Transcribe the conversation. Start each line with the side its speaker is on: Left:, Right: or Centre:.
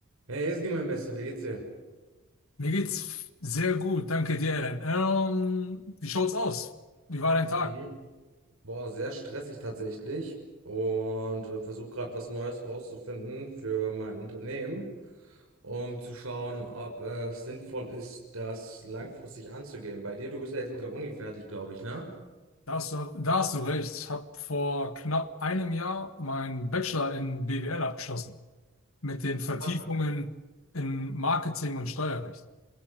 Right: Hey, Ezgi, mein Bester, wie geht's dir?
Left: Mir geht's sehr gut, danke dir, Eren. Ähm, wie schaut's aus? Wie war dein Tag?
Right: Ja. Boah, sehr stressig tatsächlich und äh, versuche gerade was Neues rauszufinden für mein Unternehmen, um zu schauen, ob es sinnvoll ist, das langfristig anzugehen. Bei dir, du bist ja jetzt mit der Uni fertig, glaube ich, ne?
Left: Da hast du, da hast du recht. Ich habe vor knapp einem Jahr meinen Bachelor in BWL abgeschlossen. Mit den Vertiefungen
Right: Ach, okay.
Left: in Marketing und Steuerrecht.